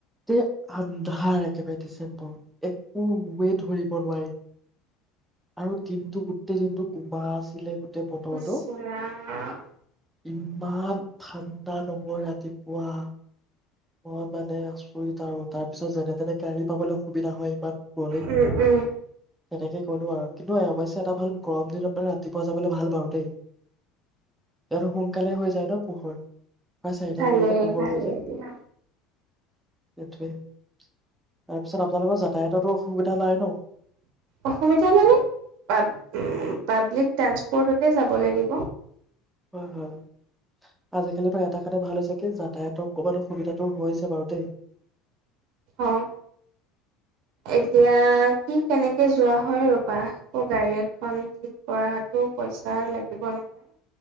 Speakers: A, in the centre; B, on the right.
A: তে আন্ধাৰ একেবাৰে ডিচেম্বৰ একোৱেই ধৰিব নোৱাৰি আৰু দিনটো‌ আৰু দিনটো গোটেই দিনটো কোবা আছিলে গোটেই বতৰটো।
B: ইছ
A: উম
B: ৰাম
A: ইমান ঠাণ্ডা নহয় ৰাতিপুৱা অহ বাত তাকেহে আচৰিত আৰু তাৰ পিছত যেনে তেনে গাড়ী পাবলৈ সুবিধা হয় ইমান কুঁৱলিত।
B: উম, উম,
A: তেনেকে ক'লো আৰু কিন্তু অৱশ্যে এটা ভাল গৰম দিনত মানে ৰাতিপুৱা যাবলৈ ভাল বাৰু দেই। এইটো সোনকালে হৈ চাৰিটা পোহৰ প্ৰায় চাৰিটা
B: ভালেই
A: বজাতে পোহৰ
B: ভালেই
A: হৈ যায়।
B: দিয়া।
A: সেইটোৱেই তাৰপিছত আপোনালোকৰ যাতায়ততো অসুবিধা নাই ন'।
B: অসুবিধা মানে পাব পাব্লিক ট্ৰানসপৰ্টতে যাব লাগিব।
A: হয়, হয় আজিকালি পৰা এটা কথা ভাল হৈছে কি যাতায়াতৰ অকমান অসুবিধাতটো বাৰু দেই।
B: অ' এতিয়া কি কেনেকে যোৱা হয় ৰ'বা আকৌ গাড়ী এখন ঠিক কৰাতো পইচা লাগিব নহয়।